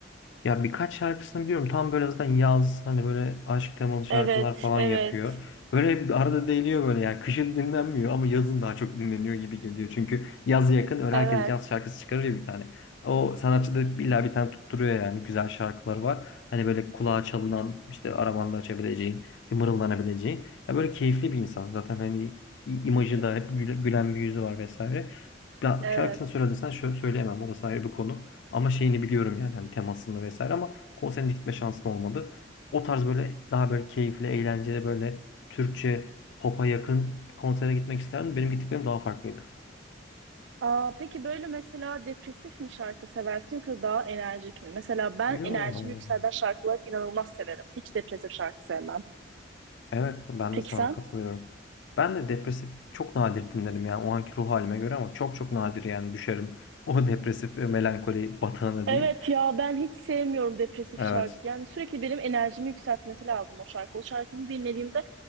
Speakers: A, on the left (about 70°); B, on the right (about 75°).
A: Ya birkaç şarkısını biliyorum. Tam böyle zaten yaz hani böyle aşk temalı şarkılar
B: Evet,
A: falan
B: evet,
A: yapıyor. Böyle bir arada değiliyor böyle ya. Kışın dinlenmiyor ama yazın daha çok dinleniyor gibi geliyor. Çünkü yaz yakın öyle
B: evet,
A: herkes yaz şarkısı çıkarıyor bir tane. O sanatçı da illa bir tane tutturuyor yani güzel şarkıları var. Hani böyle kulağa
B: Pe-
A: çalınan işte arabanda açabileceğin, işte mırıldanabileceğin. Ya böyle keyifli bir insan. Zaten hani i- imajı
B: pe-
A: da hep güle- gülen bir yüzü var vesaire. Ya
B: evet.
A: şarkısını söylediysen şöyle söyleyemem orası ayrı bir konu. Ama şeyini biliyorum yani hani temasını vesaire ama konserine gitme şansım olmadı. O tarz böyle daha böyle keyifli, eğlenceli böyle Türkçe pop'a yakın konsere gitmek isterdim. Benim gittiklerim daha farklıydı.
B: Aa, peki böyle mesela depresif mi şarkı seversin yoksa daha enerjik mi? Mesela ben
A: Yo.
B: enerjimi yükselten şarkıları inanılmaz severim. Hiç depresif şarkı sevmem.
A: Evet ben
B: Peki
A: de sana
B: sen?
A: katılıyorum. Ben de depresif çok nadir dinlerim yani o anki ruh halime göre ama çok çok nadir yani düşerim. <laughs> O depresif e, melankoli batağına
B: Evet
A: diyeyim.
B: ya ben hiç sevmiyorum depresif
A: Evet.
B: şarkı. Yani sürekli benim enerjimi yükseltmesi lazım o şarkı. O şarkını dinlediğimde